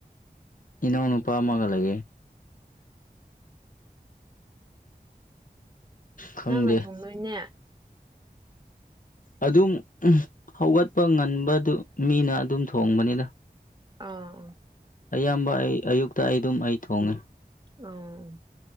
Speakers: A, on the left; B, on the right.
A: ꯏꯅꯥꯎꯅꯨꯄꯥ ꯑꯃꯒ ꯂꯩꯌꯦ ꯈꯪꯗꯦ
B: ꯅꯪꯅ ꯊꯣꯡꯗꯣꯏꯅꯦ
A: ꯑꯗꯨꯝ ꯎꯝ ꯍꯧꯒꯠꯄ ꯉꯟꯕꯗꯨ ꯃꯤꯅ ꯑꯗꯨꯝ ꯊꯣꯡꯕꯅꯤꯗ
B: ꯑꯥ ꯑꯥ
A: ꯑꯌꯥꯝꯕ ꯑꯩ ꯑꯌꯨꯛꯇ ꯑꯩ ꯑꯗꯨꯝ ꯑꯩ ꯊꯣꯡꯉꯦ
B: ꯑꯧ